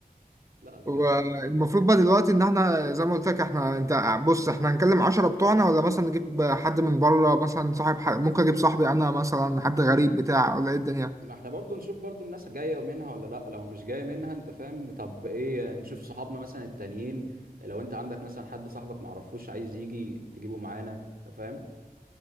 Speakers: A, on the right (about 70°); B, on the right (about 20°).
A: لا بجد
B: والمفروض
A: يعني
B: بقى دلوقتي ان احنا زي ما قلت لك احنا انت بص احنا هنكلم عشرة بتوعنا ولا مثلا نجيب حد من بره مثلا صاحب ح... ممكن اجيب صاحبي انا مثلا حد غريب بتاع ولا ايه الدنيا
A: ما احنا برضو نشوف برضو الناس جاية منها ولا لا لو مش جاية منها انت فاهم طب ايه نشوف صحابنا مثلا التانيين لو انت عندك مثلا حد صاحبك معرفوش عايز يجي تجيبه معانا فاهم